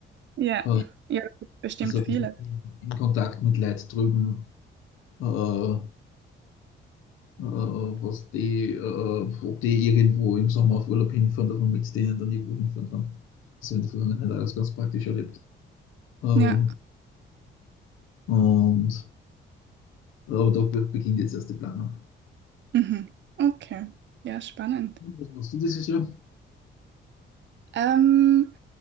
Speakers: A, on the right; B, on the left.
A: Ja,
B: Äh,
A: ja, bestimmt
B: also in
A: viele.
B: Kontakt mit Leuten drüben, äh, äh, was die, äh, ob die irgendwo im Sommer auf Urlaub hinfahren, dass man mit denen dann irgendwo hinfahren kann. Das habe ich in der Vergangenheit alles ganz praktisch erlebt. Ähm,
A: Ja,
B: und Aber da be- beginnt jetzt erst die Planung.
A: mhm. Okay, ja, spannend.
B: Was machst du dieses Jahr?
A: Ähm,